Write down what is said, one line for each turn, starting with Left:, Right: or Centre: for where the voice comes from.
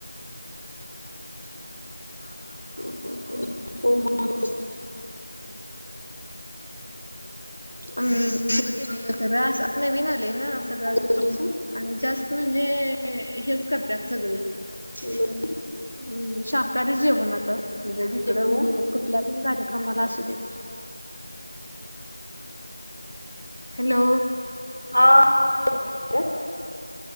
Left: म
Right: ह अम केलेलं खरं अस नवीन ना सगळं
Left: आहे हॅलो
Right: आणि जास्त म्हणजे हेच करतत सगळी
Left: हलो
Right: हम् शाकाहारी जेवण आताे जिकडं
Left: हॅलो
Right: म्हणजे क कार्यक्रमला असू दे हॅलो
Left: हा हॅलो